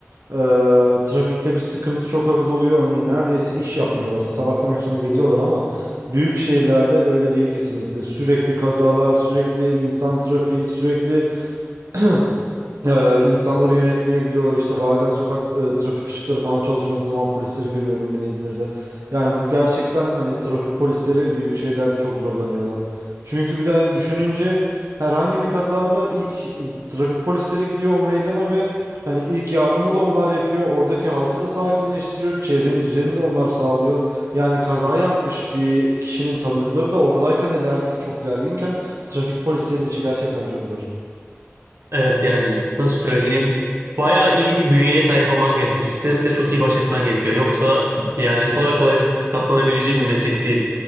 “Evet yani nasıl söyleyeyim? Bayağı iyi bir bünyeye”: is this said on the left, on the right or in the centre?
Right